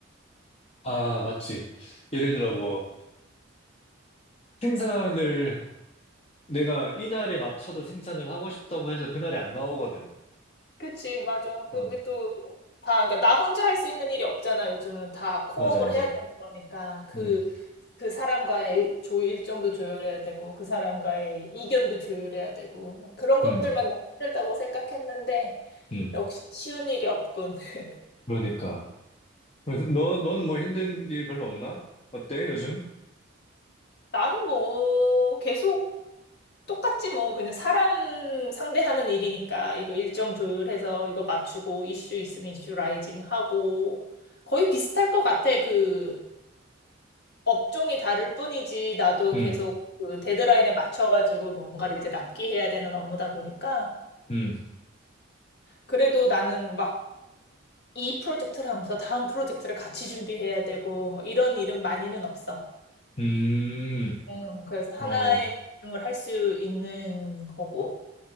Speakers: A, on the left; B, on the left.
A: 아, 맞지. 예를 들어 뭐 생산을 내가 이날에 맞춰서 생산을 하고 싶다고 해서 그날에 안 나오거든.
B: 그치, 맞아. 그게
A: 어,
B: 또 다, 그러니까 나 혼자 할 수 있는 일이 없잖아. 요즘은 다 코업을
A: 맞아, 맞아.
B: 해야 되는 거니까. 그,
A: 음,
B: 그 사람과의 일, 조, 일정도 조율해야 되고, 그 사람과의 이견도 조율해야 되고, 막 그런 것들만
A: 음,
B: 너무 힘들다고 생각했는데,
A: 음.
B: 역시 쉬운 일이 없군. <laughs>
A: 그러니까. 그래서 너, 너는 뭐 힘든 일 별로 없나? 어때, 요즘?
B: 나는 뭐, 계속 똑같지 뭐 그냥 사람 상대하는 일이니까 이거 일정 조율해서 이거 맞추고 이슈 있으면 이슈 라이징 하고 거의 비슷할 것 같아. 그 업종이 다를 뿐이지 나도
A: 음,
B: 계속 그 데드라인에 맞춰가지고 뭔가를 이제 납기해야 되는 업무다 보니까
A: 음.
B: 그래도 나는 막 이 프로젝트를 하면서 다음 프로젝트를 같이 준비해야 되고 뭐 이런 일은 많이는 없어.
A: 음,
B: 음, 그래서 하나에
A: 어,
B: 집중을 할 수 있는 거고.